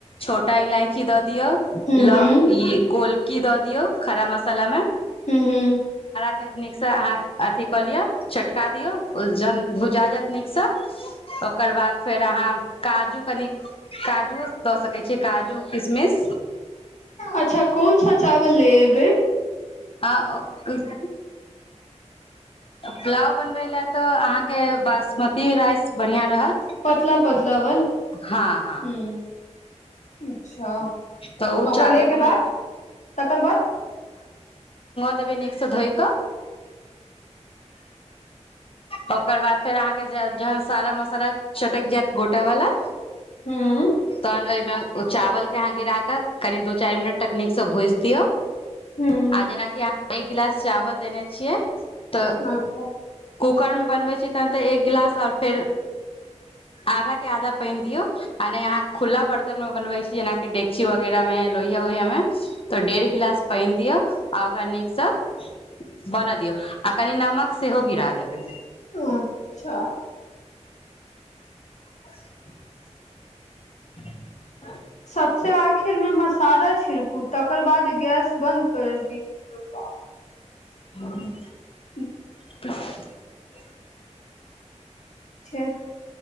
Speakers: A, on the left; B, on the left.
A: छोटा इलायची द दिय
B: हूँ
A: ल ई बोलकी द दिऔ खरा मसालामे
B: हूॅं हूँ
A: नीक स अहाँ अथी क लिय चटका दियौ जहन भुजा जेत नीक स ओकरा बाद फेर अहाँ काजू कनीक काजूओ द सकइ छियै काजू किशमिश
B: अच्छा कोन सा चावल लेअ्बै
A: आ ओ क् स् पुलाव बनबै लए तऽ अहाँके बासमती राइस बढ़िया रहत
B: पतला पतला बन
A: हँ हँ
B: हूं अच्छा
A: तऽ ओ
B: ओकरा
A: चावल
B: ले के
A: अहाँ
B: बाद तकर बाद
A: देब नीक स धोइ क ओकर बाद फेर अहाँके जहन सारा मसाला चटृकि जायत गोटा वाला
B: हूँ
A: तहन ओहिमे ओ चावल के अहाँ गिरा त कनि दू चार मिनट नीक स भूजि दियौ
B: हूँ
A: आ जेना की आहां एक गिलास चावल देने छियै तऽ
B: अच्छा
A: कूकरमे बनबै छी तहन तऽ एक गिलास आओर फेर आधा के आधा पानि दियौ माने अहाँ खुला बरतन मे बनबै छी जेनाकि डेकची वगैरह में लोहिया वोहिया में तो डेढ़ गिलास पाइन दियौ आई ओकरा नीक स <inaudible> बनअ दिऔ कनि नमक सेहो गिरा देबै
B: अच्छा
A: <inaudible> <inaudible>
B: सबस आखिरमें मसाला छिड़कू तकर बाद गैस बन्द कर दीजियऔा
A: हूं
B: उह
A: प <unintelligible>
B: छै